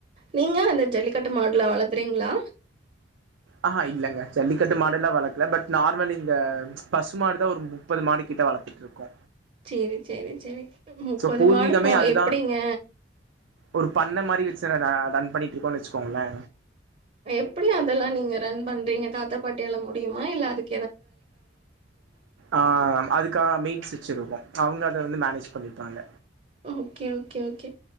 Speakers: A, on the right; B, on the right.
A: நீங்க அந்த ஜல்லிக்கட்டு மாடுலா வளர்த்றீங்களா
B: ஆஹா இல்லங்க ஜல்லிக்கட்டு மாடெல்லாம் வளக்கல பட் நார்மல் இந்த பசு மாடுதான் ஒரு முப்பது மாடு கிட்ட வளர்த்துட்ருக்கோ
A: செரி செரி செரி முப்பது
B: பூர்வீகமே
A: மாடுக்கோ
B: அதுதா
A: எப்டிங்க
B: ஒரு பண்ண மாரி வச்சி ரா-ரன் பண்ணிட்டு இருக்கோம்ன்னு வச்சுக்கோங்களே
A: எப்டி அதெல்லாம் நீங்க ரன் பண்றீங்க தாத்தா பாட்டியால முடியுமா இல்ல அதுக்
B: ஆ அதுக்கா மேட்ஸ் வச்சிருக்கோ அவங்க அத வந்து மேனேஜ் பண்ணிப்பாங்க
A: ஓகே ஓகே ஓகே